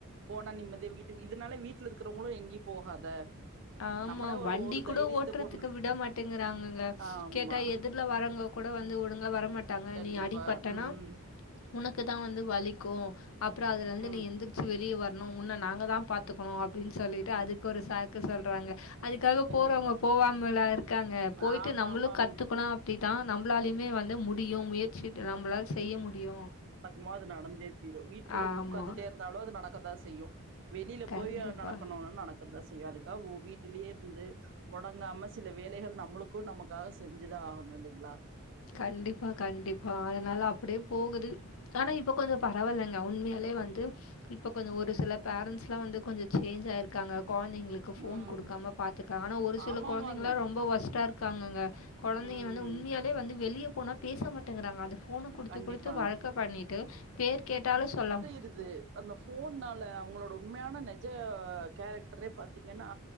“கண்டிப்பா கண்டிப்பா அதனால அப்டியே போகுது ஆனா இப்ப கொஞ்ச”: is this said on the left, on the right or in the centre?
Left